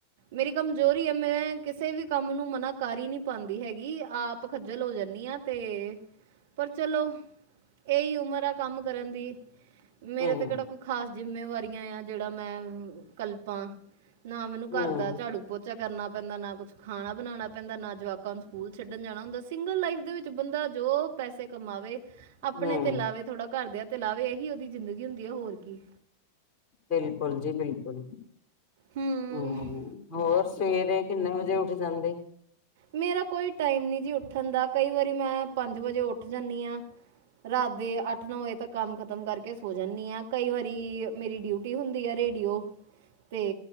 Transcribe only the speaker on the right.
ਮੇਰੀ ਕਮਜ਼ੋਰੀ ਹੈ ਮੈਂ ਕਿਸੇ ਵੀ ਕੰਮ ਨੂੰ ਮਨਾ ਕਰ ਨੀ ਪਾਉਂਦੀ ਹੈਗੀ ਆਪ ਖੱਜਲ ਹੋ ਜਾਂਦੀ ਹ ਤੇ ਪਰ ਚਲੋ ਇਹੀ ਉਮਰ ਆ ਕੰਮ ਕਰਨ ਦੀ ਮੇਰੇ
ਤੇ ਕਿਹੜਾ ਕੋਈ ਖਾਸ ਜਿੰਮੇਵਾਰੀਆਂ ਆ ਜਿਹੜਾ ਮੈਂ ਕਲਪਾਂ ਨਾ ਮੈਨੂੰ
ਘਰ ਦਾ ਝਾੜੂ ਪੋਚਾ ਕਰਨਾ ਪੈਂਦਾ ਨਾ ਕੁਛ ਖਾਣਾ ਬਣਾਉਣਾ ਪੈਂਦਾ ਨਾ ਜਵਾਕਾਂ ਨੂੰ ਸਕੂਲ ਛੱਡ ਜਾਣਾ ਹੁੰਦਾ ਸਿੰਗਲ ਲਾਈਫ ਦੇ ਵਿੱਚ ਬੰਦਾ ਜੋ ਪੈਸੇ ਕਮਾਵੇ ਆਪਣੇ
ਤੇ ਲਾਵੇ ਥੋੜਾ ਘਰ ਦੇ ਤੇ ਲਲਾਵੇ ਇਹੀ ਉਹਦੀ ਜ਼ਿੰਦਗੀ ਹੁੰਦੀ ਆ ਹੋਰ ਕੀ
ਹੂੰ
ਮੇਰਾ ਕੋਈ ਟਾਈਮ ਨਹੀ ਜੀ ਉੱਠਣ ਦਾ ਕਈ ਵਾਰੀ ਮੈਂ ਪੰਜ ਵਜੇ ਉੱਠ ਜਾਂਦੀ ਆ ਰਾਤ ਦੇ ਅੱਠ ਨੌ ਵਜੇ ਤੱਕ ਕੰਮ ਖਤਮ ਕਰਕੇ ਸੋ ਜਾਂਦੀ ਆ ਕਈ ਵਾਰੀ ਮੇਰੀ ਡਿਊਟੀ ਹੁੰਦੀ ਆ ਰੇਡੀਓ ਤੇ